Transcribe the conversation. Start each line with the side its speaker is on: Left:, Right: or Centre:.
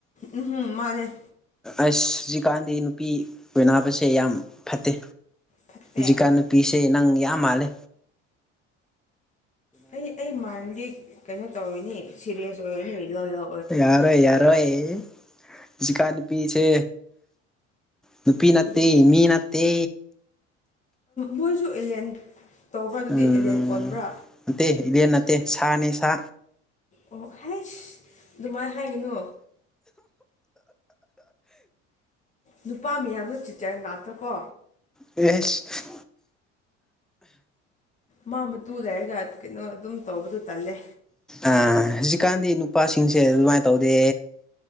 Left: ꯎꯝ ꯍꯝ ꯃꯥꯅꯦꯦ
Centre: ꯑꯁ ꯍꯧꯖꯤꯛꯀꯥꯟꯗꯤ ꯅꯨꯄꯤ ꯑꯣꯏꯅꯕꯁꯦ ꯌꯥꯝ ꯐꯠꯇꯦ
Left: ꯐꯠꯇꯦ
Centre: ꯖꯤꯀꯟꯅ ꯄꯤꯁꯦ ꯅꯪ ꯌꯥꯝ ꯃꯥꯂꯦ
Left: ꯑꯩ ꯑꯩ ꯃꯟꯗꯤ ꯀꯩꯅꯣ ꯇꯧꯔꯅꯤ ꯁꯤꯦꯔꯤꯌꯦꯁ ꯑꯣꯏꯔꯅꯤ ꯂꯣꯏꯌꯣ
Centre: ꯌꯥꯔꯣ ꯌꯥꯔꯣ ꯆꯖꯤꯀꯅꯤ ꯄꯤꯁꯦ ꯅꯨꯄꯤ ꯅꯠꯇꯦ
Left: ꯀꯔꯤ
Centre: ꯃꯤ ꯅꯠꯇꯦ
Left: ꯃꯣꯏꯁꯨ ꯑꯦꯂꯦꯟ ꯇꯧꯕ꯭ꯔꯥ ꯑꯗꯨꯗꯤ
Centre: ꯎꯝ
Left: ꯑꯦꯂꯦꯟ ꯑꯣꯟꯕ꯭ꯔꯥ
Centre: ꯅꯠꯇꯦ ꯏꯕꯦꯟ ꯅꯠꯇꯦ ꯁꯥꯅꯤ ꯁꯥ
Left: ꯑꯣ ꯍꯥꯏꯦꯁ ꯑꯗꯨꯃꯥꯏꯅ ꯍꯥꯏꯒꯅꯨ ꯅꯨꯄꯥ ꯃꯤꯌꯥꯝꯅ ꯆꯤꯆꯟ ꯉꯥꯛꯇ ꯀꯣ
Centre: ꯔꯁ
Left: ꯃꯥ ꯃꯇꯨ ꯂꯩꯔꯒ ꯀꯩꯅꯣ ꯑꯗꯨꯝ ꯇꯧꯕꯗꯣ ꯇꯜꯂꯦ
Centre: ꯑ ꯍꯧꯖꯤꯛꯀꯥꯟꯗꯤ ꯅꯨꯄꯥꯁꯤꯡꯁꯦ ꯑꯗꯨꯃꯥꯏꯅ ꯇꯧꯗꯦ